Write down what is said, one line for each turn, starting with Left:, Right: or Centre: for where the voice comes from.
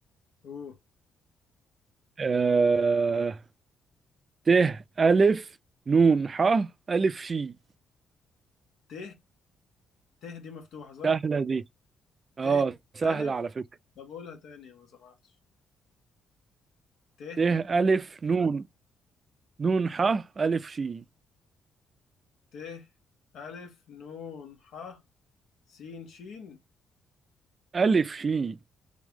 Left: أوه
Right: آه... ت ألف نون ح ألف شي
Left: ت ت دي مفتوحة صح
Right: سهلة دي اه
Left: ت
Right: سهلة
Left: ألف
Right: على فكرة
Left: طب قولها تاني ما سمعتش ت
Right: ت ألف نون نون ح ألف شي
Left: ت ألف نون ح سين شين
Right: ألف شي